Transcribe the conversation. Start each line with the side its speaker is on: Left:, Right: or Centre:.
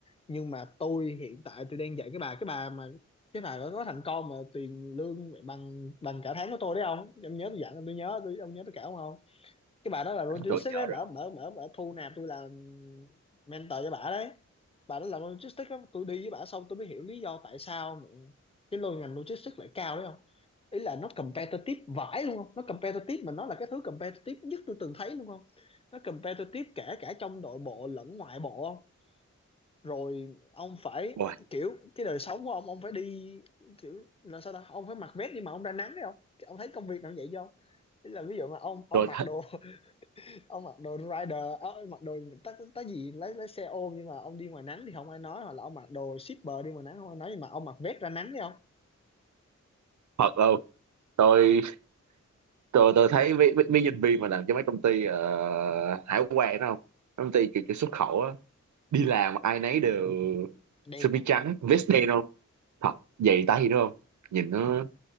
Left: nhưng mà tôi hiện tại tôi đang dạy cái bà cái bà mà cái bà đó có thằng con mà tiền lương mẹ bằng bằng cả tháng của tôi đấy không ông nhớ tôi dặn ông, tôi nhớ tôi ông nhớ tôi cả không không cái bà đó là logistics
Right: tôi nhớ
Left: đấy mở
Right: rồi
Left: mở mở mở thu nạp tôi là mentor cho bà đấy bà đó làm logistics đó. tôi đi với bà xong tôi mới hiểu lý do tại sao mà cái lô ngành logistics lại cao đấy ý là nó competitive vãi luôn không nó competitive mà nó là cái thứ competitive nhất tôi từng thấy luôn không nó competitive kể cả trong nội bộ lẫn ngoại bộ không rồi ông phải
Right: Ôi,
Left: kiểu cái đời sống của ông ông phải đi kiểu là sao ta ông phải mặc vest đi mà ông ra nắng đấy không ông thấy công việc nào vậy không ý là ví dụ mà ông ông
Right: tôi
Left: mặc
Right: thật
Left: đồ <laughs> ông mặc đồ rider ờ, mặc đồ tá tá gì lấy lấy xe ôm nhưng mà ông đi ngoài nắng thì không ai nói hoặc là ông mặc đồ shipper đi ngoài nắng không ai nói nhưng mà ông mặc vest ra nắng đấy không
Right: thật luôn tôi tôi tôi thấy mấy, mấy, mấy nhân viên mà làm cho mấy công ty ờ, hải quan đó không Mấy công ty kiểu, kiểu xuất khẩu á đi làm ai nấy đều
Left: đen
Right: sơ mi
Left: không
Right: trắng vest đen không thật giày tay đúng không nhìn nó